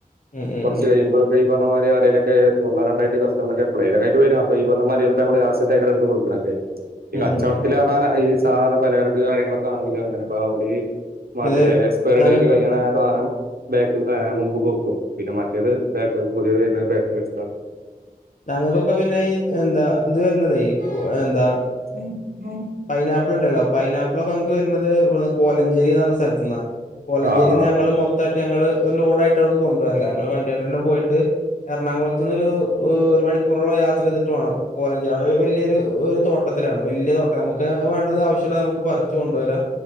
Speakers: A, on the left; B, on the right.
A: ഉം ഉം
B: കുറച്ച്
A: ഉം
B: കഴിയുമ്പോഴൊക്കെ പറന്ന മാതി ആരയിലൊക്കെ ഒന്നോ രണ്ടായിട്ട കക്കെ്ലൊക്ക ആട്ട് വും അപ്പ ഈ പറന്നതി ചിലപ്പോ നമ്മ രാസത്തേക്കെ എടുത്ത് കൊടുക്കണക്കെ ഈ
A: ഉം
B: കച്ചവടത്തിൽ
A: ഉം ഉം
B: കാണാ ഈ സാധാരണ പലചരക്ക് കാര്യങ്ങളൊക്കെ ആണെങ്കിൽ അെ അപ്പൊ അവളി മറ്റേ
A: ഇത്
B: എക്സ്പയറി
A: ഞങ്ങക്ക്
B: ഡേറ്റ് കഴിയണ സാധനം ബേക്ക് മുമ്പ് കൊോക്കും പിന്നെ മറ്റേത് ബാക്ക് പുതിയത് ബ വെ
A: ഞങ്ങൾക്കൊക്കെ പിന്നെ ഈ എന്താ ഇത് വരത ഈ എന്താ
B: ചെയ്യല്
A: പൈന ആപ്പിൾണ്ടല്ലോ പൈനാപ്പിൾ ഒക്കെ നമക്ക് വരുന്നത് കോലഞ്ചേരി എന്ന് പറഞ്ഞ സ്ഥലത്ത നിന്നാ പോലഞ്ചേരിയി
B: ആഹ്
A: നിന്ന് ഞങ്ങള്ൾ മൊത്തമായിട്ട് ഞങ്ങള് ലോഡ്ായിട്ട് അവിന്ന കൊണ്ട പോുവരല്ല ഞങ്ങള് വണ്ടിയെണ്ട തെ പോയിട്ട് എറണാകുളത്തു നിന്ന്ൊരു് ഒരു മണിക്കൂറോളം യാത്ര ചെയ്തിട്ട് വേണം കോലഞ്ചേരി അവിടെ ഒരു വലിയൊരു തോട്ടത്തി ത്തിലാണ് വലിയ തൊട്ടെ നമുക്ക് വേണ്ടത് ആവശ്യമ നമുക്ക് പററിിച്ചു കൊണ്ടുവരാം